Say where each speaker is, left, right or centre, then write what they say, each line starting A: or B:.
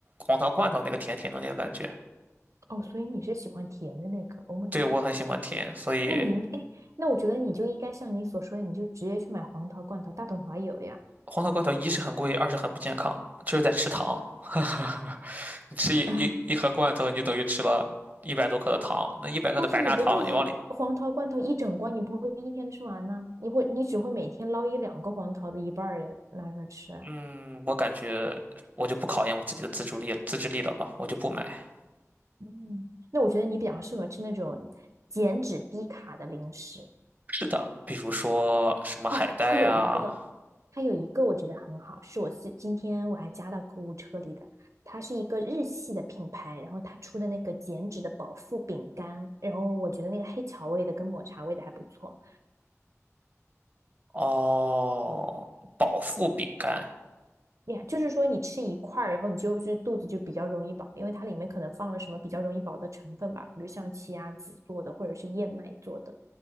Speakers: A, on the right; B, on the right.
A: 黄桃罐头那个甜甜的那个感觉。
B: 哦，所以你是喜欢甜的那个？Oh my
A: 对，
B: god！
A: 我很喜欢甜，所以
B: 那你应哎，那我觉得你就应该像你所说的，你就直接去买黄桃罐头，大统华有呀。<laughs>
A: 黄桃罐头一是很贵，二是很不健康，就是在吃糖。<laughs> 哈哈，你吃一一一盒罐头，
B: 啊，
A: 你就等于吃了一百多克的糖。那一百克的白砂糖，
B: 但是你不会一黄桃罐头一整罐，
A: 你往里，
B: 你不会一天吃完呢、你会你只会每天捞一两个黄桃的一半儿的拿出来吃啊。
A: 嗯，我感觉我就不考验我自己的自主力、自制力了吧，我就不买。
B: 嗯，那我觉得你比较适合吃那种减脂低卡的零食。
A: 是的，比如说什么海带啊，
B: 哦，它有一个，它有一个我觉得很好，是我是今天我还加到购物车里的。它是一个日系的品牌，然后它出的那个减脂的饱腹饼干，然后我觉得那个黑巧味的跟抹茶味的还不错。
A: 哦，饱腹饼干，
B: 呀，就是说你吃一块儿，然后你就是肚子就比较容易饱，因为它里面可能放了什么比较容易饱的成分吧，比如像奇亚籽做的或者是燕麦做的。